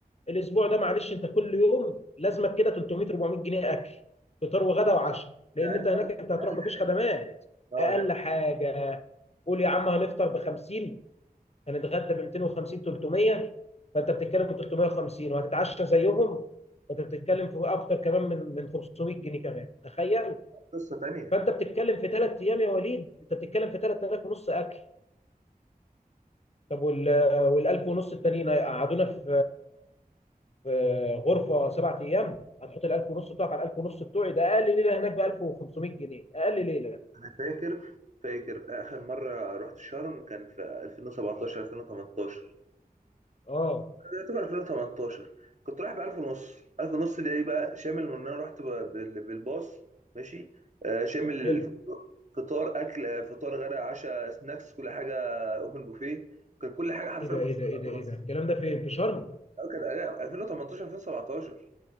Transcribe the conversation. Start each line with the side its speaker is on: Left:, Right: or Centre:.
Left: الاسبوع ده معلش انت كل يوم لازمك كده 300 400 جنيه اكل فطار وغدا وعشاء لان
Right: ده اقل
Left: انت هناك
Right: اقل
Left: انت هتروح مفيش
Right: حاجه
Left: خدمات
Right: اه
Left: اقل
Right: ده
Left: حاجه قول يا عم هنفطر ب 50 هنتغدى ب 250 300 فانت بتتكلم في 350 وهتتعشى زيهم فانت بتتكلم في اكتر كمان من من 500 جنيه كمان تخيل
Right: قصه تانيه
Left: فانت بتتكلم في ثلاث ايام يا وليد انت بتتكلم في 3000 ونص اكل طب وال وال 1000 ونص التانيين هيقعدونا في في غرفه سبع ايام هتحط ال 1000 ونص بتوعك على ال 1000 ونص بتوعي ده اقل ليله هناك ب 1500 جنيه اقل ليله
Right: انا فاكر فاكر اخر مره رحت شرم كان في 2017 2018
Left: اه
Right: يعتبر 2018 كنت رايح ب 1000 ونص 1000 ونص ده ايه بقى شامل ان انا رحت ب- بال- بالباص ماشي آه، شامل
Left: حلو
Right: الفطار- فطار اكل آه، فطار غدا عشاء سناكس كل حاجه اوبن بوفيه كان كل حاجه حرفيا
Left: ايه ده
Right: كنت
Left: ايه
Right: بدفع
Left: ده ايه ده
Right: 1000
Left: ايه
Right: ونص
Left: ده الكلام ده فين في شرم
Right: آه، كان آه، 2018 2017